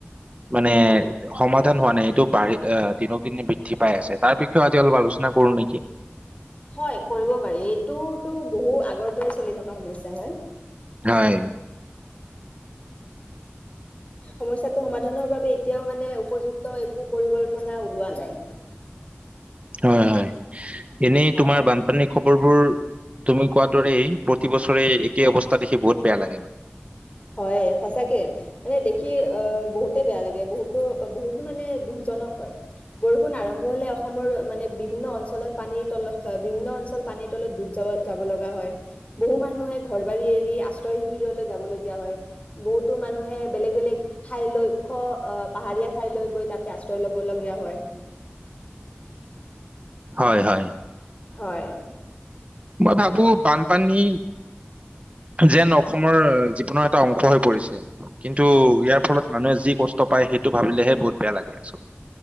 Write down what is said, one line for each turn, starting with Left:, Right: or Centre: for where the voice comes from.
Right: মানে সমাধান হোৱা নাই এইটো বাঢ়ি আহ দিনক দিনে বৃদ্ধি পাই আছে তাৰ বিষয়েও আজি অলপ আলোচনা কৰো নেকি
Left: হয় কৰিব পাৰি এইটোতো বহু আগৰ পৰাই চলি থকা সমস্যা হয়
Right: হয়
Left: সমস্যাটো সমাধানৰ বাবে এতিয়াও মানে উপযুক্ত একো পৰিকল্পনা ওলোৱা নাই
Right: হয় হয় <unintelligible> এনেই
Left: হয়
Right: তোমাৰ বানপানী খুব খবৰবোৰ তুমি কোৱাৰ দৰেই প্ৰতিবছৰে একে অৱস্থা দেখি বহুত বেয়া লাগে মানে
Left: হয় সচাকে মানে দেখি আহ বহুতে বেয়া লাগে বহুতো বহুতো মানে দুখজনক হয় বৰষুণ আৰম্ভ হলে অসমৰ বিভিন্ন অঞ্চলত পানীৰ তলত বিভিন্ন অঞ্চলত পানীৰ তলত ডুব যাব যাব লগা হয় বহু মানুহে ঘৰ বাৰী এৰি আশ্ৰয় শিবিৰলৈ যাব লগি। হয় বহুতো মানুহে বেলেগ বেলেগ ঠাইলৈ ওখ আহ পাহাৰীয়া ঠাইলৈ গৈ তাতে আশ্ৰয় লব লগগীয়া হয়।
Right: হয় হয়।
Left: হয়।
Right: মই ভাবো বানপানী যেন অসম মৰ জীৱনৰ এটা অংশ হৈ পৰিছে, কিন্তু ইয়াৰ ফলত মানুহে যি কষ্ট পায় সেইটো ভাবিলেহে বহুত বেয়া লাগে আচল